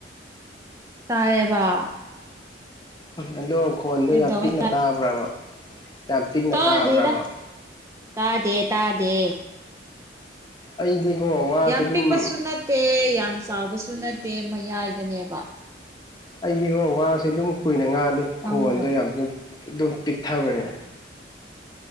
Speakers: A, on the right; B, on the left.
A: ꯇꯥꯏꯕ
B: ꯑꯗꯣ ꯈꯣꯟꯗꯣ
A: ꯀꯩꯗꯧꯋꯦ
B: ꯌꯥꯝ ꯄꯤꯛꯅ ꯇꯥꯕ꯭ꯔꯕ ꯌꯥꯝ ꯄꯤꯛꯅ
A: ꯇꯥꯗꯦꯗ
B: ꯇꯥꯕ꯭ꯔꯕ
A: ꯇꯥꯗꯦ ꯇꯥꯗꯦ
B: ꯑꯩꯗꯤꯀꯣ ꯋꯥꯁꯦ
A: ꯌꯥꯝ
B: ꯑꯗꯨꯝ
A: ꯄꯤꯛꯄꯁꯨ ꯅꯠꯇꯦ ꯌꯥꯝ ꯆꯥꯎꯕꯁꯨ ꯅꯠꯇꯦ ꯃꯌꯥꯏꯗꯅꯦꯕ
B: ꯑꯩꯗꯤꯒꯣ ꯋꯥꯁꯦ ꯑꯗꯨꯝ ꯀꯨꯏꯅ ꯉꯥꯡꯗꯤ
A: ꯈꯪꯕ꯭ꯔꯥ
B: ꯈꯣꯟꯗꯣ ꯌꯥꯝ ꯑꯗꯨꯝ ꯄꯤꯛꯊꯕꯅꯦ